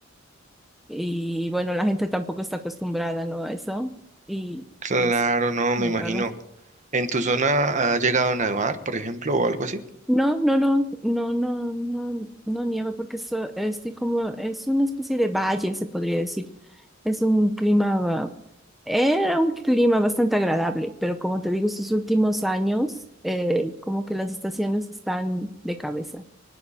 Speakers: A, in the centre; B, on the right.
A: Y bueno, la gente tampoco está acostumbrada, ¿no? a eso, y,
B: Claro,
A: y es
B: no,
A: muy
B: me imagino.
A: raro.
B: ¿En tu zona ha llegado a nevar, por ejemplo, o algo así?
A: No, no, no, no, no, no, no nieva porque so- estoy como, es una especie de valle, se podría decir. Es un clima, ba- era un clima bastante agradable, pero como te digo, estos últimos años, eh, como que las estaciones están de cabeza,